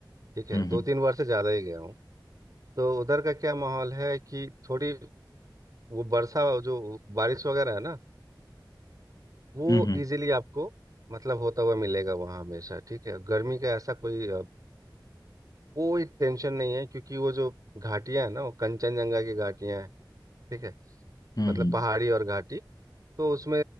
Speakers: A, on the right; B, on the left.
A: ठीक है
B: हम्म
A: दो
B: हम्म
A: तीन बार से ज़्यादा ही गया हूँ तो उधर का क्या माहौल है कि थोड़ी वो वर्षा जो बारिश वगैरह है ना वो
B: हम्म
A: इजीली आपको मतलब होता हुआ मिलेगा वहाँ हमेशा ठीक है गर्मी का ऐसा कोई अ, कोई टेंशन नहीं है क्योंकि वो जो घाटियाँ हैं ना वो कंचनजंगा की घाटियाँ हैं ठीक है
B: हम्म
A: मतलब
B: हम्म।
A: पहाड़ी और घाटी तो उसमें